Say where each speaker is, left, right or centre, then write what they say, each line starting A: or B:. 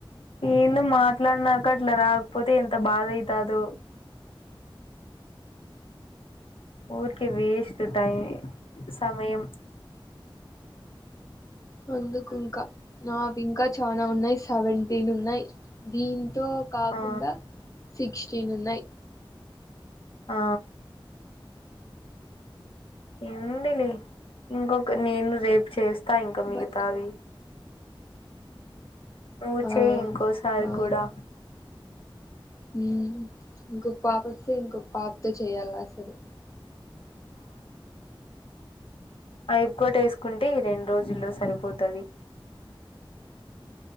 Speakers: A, on the left; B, on the left.
A: ఎను మాట్లాడినాక అట్లా రాకపోతే ఎంత బాధ అయితదుో పఊర్క వీష్ ఇట సమయం
B: అందుకు ఇంకా నావి ఇంకా చాలా ఉన్నాయి సెవెంటీన్ ఉన్నాయి దీ తో కాకుండా
A: ఆ
B: శిక్ష చ్చనున్నాయి
A: ఆ ఎందులి ఇకొ నేను రేపు చేస్తా ఇంకా మిగతావి
B: బట్
A: నువ్వు చేయి
B: ఆ
A: ఇంకోసారి
B: ఆ
A: కూడా
B: ఇంకొక పాప వస్తే ఇంకొక పాపతో చేయాలి అసలు
A: ఆఐపుకోటి వేసుకుంటే రెండు రోజుల్లో సరిపోతుంది